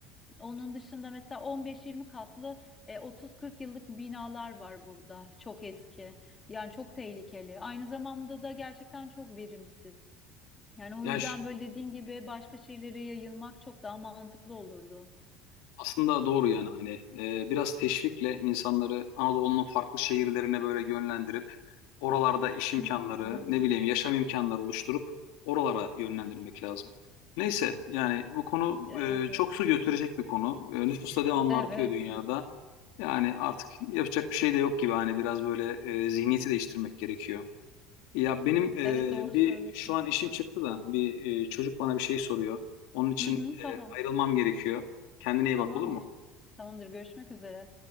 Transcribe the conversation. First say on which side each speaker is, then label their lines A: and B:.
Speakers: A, on the left; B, on the left.
A: Onun dışında mesela 15-20 katlı e, 30-40 yıllık binalar var burada. Çok eski. Yani çok tehlikeli. Aynı zamanda da gerçekten çok verimsiz. Yani o
B: Yani
A: yüzden böyle dediğin gibi başka şeylere yayılmak çok daha mantıklı olurdu.
B: Aslında doğru yani hani e, biraz teşvikle insanları Anadolu'nun farklı şehirlerine böyle yönlendirip oralarda iş imkanları
A: Hı hı.
B: ne bileyim yaşam imkanları oluşturup oralara yönlendirmek lazım. Neyse yani bu konu
A: Evet,
B: e,
A: evet.
B: çok su götürecek bir konu. E, nüfus da devamlı
A: Evet.
B: artıyor dünyada. Yani artık yapacak bir şey de yok gibi hani biraz böyle e, zihniyeti değiştirmek gerekiyor. Ya benim e,
A: Evet, doğru
B: bir
A: söylüyorsun.
B: şu an işim çıktı da bir e, çocuk bana bir şey soruyor. Onun için
A: Hı hı, tamam.
B: e, ayrılmam gerekiyor. Kendine iyi
A: Tamamdır.
B: bak olur mu?
A: Tamamdır. Görüşmek üzere.